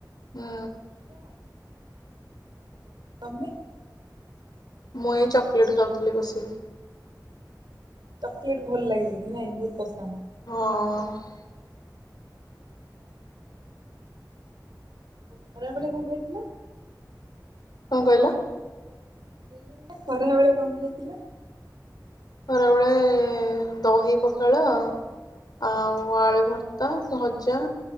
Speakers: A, on the left; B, on the right.
A: ହୁଁ
B: ଶାଗ ଭଜା। ତମେ?
A: ମୁଁ ଏଇ ଚକୋଲେଟ୍ ଖାଉଥିଲି ବସି କି।
B: ଚକୋଲେଟ୍ ଭଲ ଲାଗିବ ନାଇଁ ବହୁତ ପସନ୍ଦ।
A: ହଁ
B: ଖରାବେଳେ କଂ ଖାଇଥିଲ?
A: କଁ କହିଲ?
B: ମୁଁ ଖରା ବେଳେ କଁ ଖାଇଥିଲ?
A: ଖରାବେଳେ ଦହି ପଖାଳ ଆଉ
B: ଆମ
A: ଆଳୁ ଭର୍ ତା ଭଜା,